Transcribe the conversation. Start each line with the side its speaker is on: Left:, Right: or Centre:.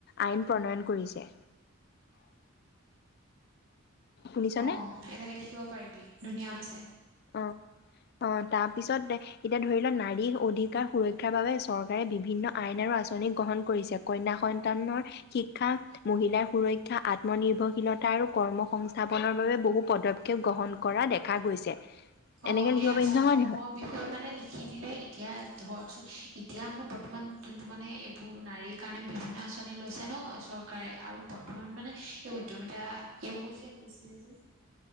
Left: আইন প্ৰণয়ন কৰিছে। শুনিছনে
Right: অ এনেকে লিখিব পাৰিবি। ধুনীয়া হৈছে।
Left: অ'হ অ'হ তাৰপিছত এতিয়া ধৰি লোৱা, নাৰীৰ অধিকাৰ সুৰক্ষাৰ বাবে চৰকাৰে বিভিন্ন আইন আৰু আঁচনি গ্ৰহণ কৰিছে। কন্যা সন্তানৰ শিক্ষা, মহিলাৰ সুৰক্ষা আত্মনিৰ্ভৰশীলতা আৰু কৰ্ম সংস্থাপনৰ বাবে বহু পদক্ষেপ গ্ৰহণ কৰা দেখা গৈছে।
Right: অ
Left: এনেকে লিখিব
Right: এই আঁচনি
Left: পাৰিম নহয়
Right: সমূহৰ
Left: নহয়
Right: বিষয়ে মানে লিখি দিলে এতিয়া ধৰচোন এতিয়া আমাৰ বৰ্তমান যোনটো মানে এইবোৰ নাৰীৰ কাৰণে বিভিন্ন আঁচনি লৈছে ন চৰকাৰে আৰু বৰ্তমান মানে এই উদ্যমিতা এইবোৰ যে লৈছিলে যে।